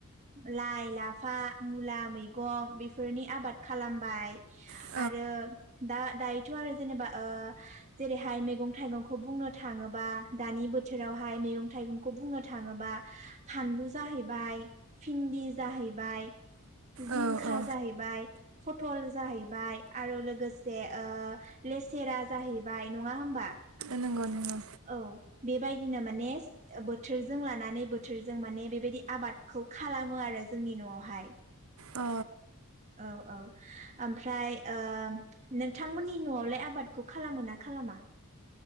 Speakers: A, on the right (about 30°); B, on the right (about 70°).
A: लाइ, लाफा, मुला मैगं बेफोरनि आबाद खालामबाय।
B: औ दा दायोथ' जेनेबा ओ जेरैहाय मैगं थाइगंखौ बुंनो थाङोबा दानि बोथोरावहाय मैगं थाइगंखौ बुंनो थाङोबा फानलु जाहैबाय
A: आरो दा दायोथ' आरो जेनेबा ओ जेरैहाय मैगं थाइगंखौ बुंनो थाङोबा दानि बोथोरावहाय मैगं थाइगंखौ बुंनो थाङोबा फानलु जाहैबाय भिन्दि जाहैबाय। जिंखा
B: औ औ
A: जाहैबाय। फटल जाहैबाय आरो लोगोसे ओ लेसेरा जाहैबाय नङा होमबा?
B: नंगौ नंगौ
A: गौ बेबायदिनो माने बोथोरजों लानानै बोथोरजों माने बेबायदि आबादखौ खालामो आरो जोंनि न'आवहाय।
B: अ
A: औ औ ओमफ्राय ओ नोंथांमोननि न'आवलाय आबादखौ खालामो ना खालामा?